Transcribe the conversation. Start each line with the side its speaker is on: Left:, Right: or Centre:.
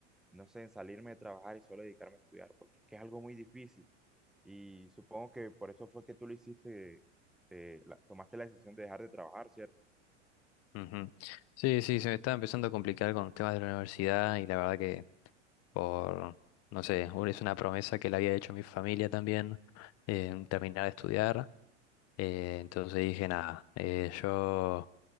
Centre: no sé, en salirme de trabajar y solo dedicarme a estudiar, porque es que es algo muy difícil. Y supongo que por eso fue que tú lo hiciste, eh, la- tomaste la decisión de dejar de trabajar, ¿cierto?
Left: Ujú. Sí, sí, se me estaba empezando a complicar con temas de la universidad y la verdad que por, no sé, un- es una promesa que le había hecho a mi familia también, eh, terminar de estudiar. eh, entonces dije, nada, eh, yo,